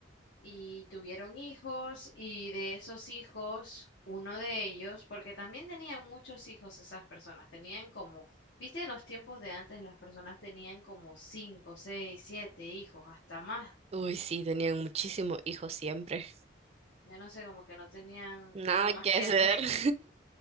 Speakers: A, on the left; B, on the right.
A: y tuvieron hijos y de esos hijos, uno de ellos, porque también tenían muchos hijos esas personas, tenían como, viste, en los tiempos de antes las personas tenían como cinco, seis, siete hijos, hasta más.
B: Uy, sí, tenían muchísimos hijos siempre.
A: Yo no sé, como que no tenían
B: Nada
A: nada más
B: que
A: que
B: hacer.
A: hacer.
B: <laughs>